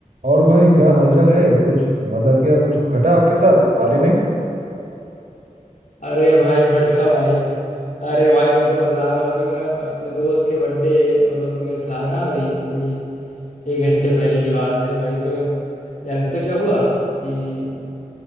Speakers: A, on the right; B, on the left.
A: और भाई क्या हालचाल है कुछ मजा किया कुछ घटा आपके साथ हाल ही में
B: अरे भाई बढ़िया भाई अरे भाई तुमको बता रहा हूँ अभी मैं अपने दोस्त के बर्थडे मतलब मैं था ना अभी अभी एक घंटे पहले की बात है भाई तो जानते हो क्या हुआ कि